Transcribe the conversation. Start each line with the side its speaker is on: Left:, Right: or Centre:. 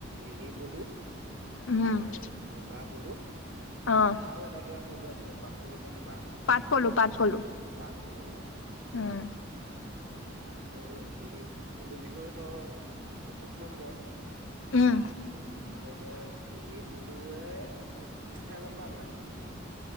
Right: এৰিপুলু
Left: উম
Right: মুগা পুলু।
Left: অ',
Right: আৰু এটা কিবা পলো আছিলে পাত পুলু নে কিবা। এটা
Left: পাট পলো পাট পলো
Right: পাট পলু অ
Left: উ'ম
Right: ত' এৰি পুলুৰ বিষয়ে তো তোক ক'ম মই
Left: উ'ম
Right: তহঁতৰ এতিয়া এৰি পলে কি সিয়া গম প নাই।